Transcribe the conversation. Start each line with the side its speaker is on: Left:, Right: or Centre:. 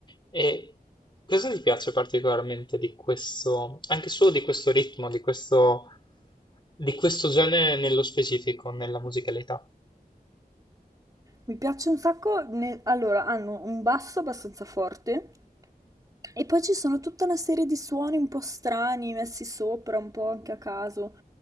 Left: E cosa ti piace particolarmente di questo, anche solo di questo ritmo, di questo, di questo genere nello specifico, nella musicalità?
Right: Mi piace un sacco, ne- allora hanno un basso abbastanza forte e poi ci sono tutta una serie di suoni un po' strani messi sopra, un po' anche a caso.